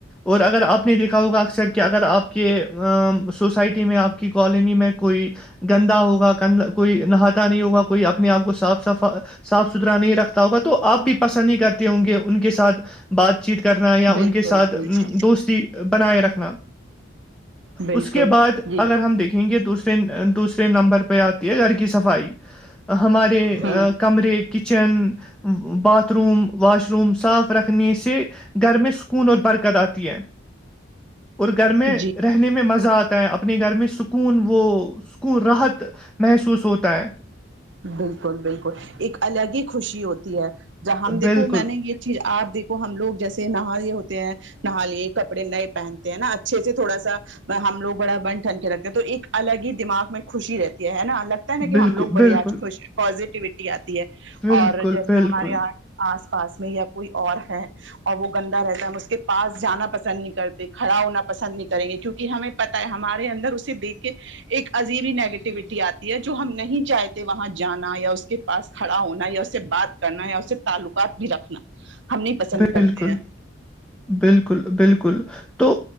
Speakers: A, in the centre; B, on the right.
A: اور اگر آپ نے دیکھا ہوگا اکثر کہ اگر آپ کے سوسائٹی میں آپ کی کالونی میں کوئی گندا ہوگاند کوئی نہاتا نہیں ہوگا کوئی اپنے آپ کو صاف صفا صاف ستھرا نہیں رکھتا ہوگا تو آپ بھی پسند نہیں کرتے ہوں گے ان کے ساتھ بات چیت کرنا یا
B: بالکل
A: ان کے ساتھ
B: بالکل
A: دوستی بنائے رکھنا
B: بالکل
A: اس کے بعد
B: جی
A: اگر ہم دیکھیں گے دوسرے دوسرے نمبر پہ آتی ہے گھر کی صفائی ہمارے
B: ہوں
A: کمرے کے kitchen bathroom washroom صاف رکھنے سے گھر میں سکون اور برکت آتی ہے اور گھر میں
B: جی
A: رہنے میں مزہ آتا ہے اپنے گھر میں سکون وہ کو راحت محسوس ہوتا ہے
B: بالکل بالکل ایک الگ ہی خوشی ہوتی ہے جہ ہم دیکھو
A: بالکل
B: میں نے یہ چیز آپ دیکو ہم لوگ جیسے نہاری یہ ہوتے ہیں نہا لیے کپڑے نئے پہنتے ہیں نا اچھے سے تھوڑا سا ہم لوگ بڑا بن ٹھن کے رکھتے ہیں تو ایک الگ ہی دماغ میں خوشی رہتی ہے نا الگ نا کہ
A: بالکل
B: ہم لوگ
A: بالکل
B: بڑی آج خوش پزیٹیوٹی آتی ہے
A: بالکل
B: اور جیسے
A: بالکل
B: ہمارے یہاں آس پاس میں یا کوئی اور ہے اور وہ گندا رہتا ہے ہم اس کے پاس جانا پسند نہیں کرتے کھڑا ہونا پسند نہیں کریں گے کیونکہ ہمیں پتا ہے ہمارے اندر اسے دیکھ کے ایک عجیبی نیگیٹیوٹی آتی ہے جو ہم نہیں چاہتے وہاں جانا یا اس کے پاس کھڑا ہونا یا اسے بات کرنا یا اسے تعلقات بھی رکھنا ہم نہیں پسند کرتے
A: بالکل
B: ہیں
A: بالکل بالکل تو